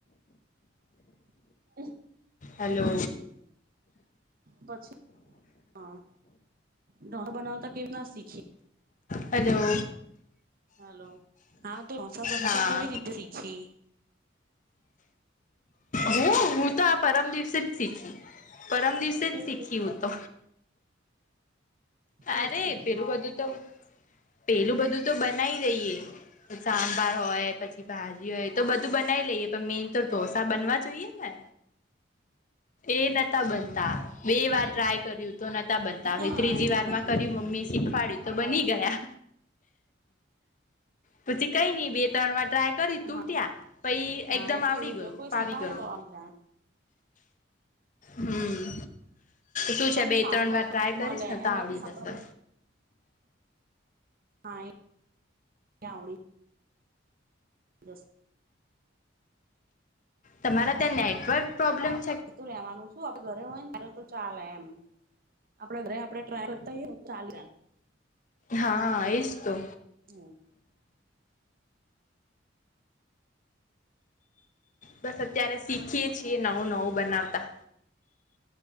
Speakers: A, on the right (about 50°); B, on the left (about 40°).
A: <inaudible>
B: હલો
A: પછી હા ઢોસા બનાવતા કેવી રીતના શીખી?
B: હલો.
A: હલો હા તો ઢોસા બનાવતા
B: હા
A: કેવી રીતે શીખી.
B: હું
A: હેલો
B: હું તો આ પરમ દિવસે જ શીખી પરમ દિવસે
A: કેવી
B: જ શીખી
A: રીત
B: હુતો.
A: કેવી
B: અરે
A: રીત શીખી
B: પેલું બધું તો પેલું બધું તો બનાય દઈએ. સાંભાર હોય પછી ભાજી હોય તો બધું બનાવી લઈએ પણ મેન તો ઢોસા બનવા જોઈએ ને. એ નતા બનતા બે વાર ટ્રાય કર્યું તો નતા બનતા
A: હા
B: ત્રીજી
A: એ
B: વાર
A: બનવા જોઈએ
B: મમ્મી શીખવાડ્યું તો બની
A: પછી
B: ગયા. પછી કઈ ની બે ત્રણ વાર ટ્રાય કરી તૂટ્યા
A: હા
B: પઈ
A: હા
B: એકદમ
A: એ તો
B: આવડી
A: એવું
B: ગયું
A: જો કોઈ
B: પાવી
A: શીખવાડે
B: ગયું.
A: તો આવી જાય
B: હમ શું છે
A: અને
B: બે
A: સાવાનો
B: ત્રણ વાર ટ્રાય
A: મળે
B: કરીશ ને તો
A: એનાથી
B: આવડી
A: સાંભાર
B: જશે.
A: હા એ આવડી. બસ.
B: તમારા ત્યાં નેટવર્ક <inaudible> પ્રોબ્લેમ <inaudible>
A: તું લેવાનું શું આપડે ઘરે હોય ને તારે તો ચાલે એમ. આપડ ઘરે આપડે ટ્રાય કરતાએ ચાલ જ.
B: હા એ જ તો.
A: હમ.
B: બસ અત્યારે શીખીય છીએ નવું નવું બનાવતા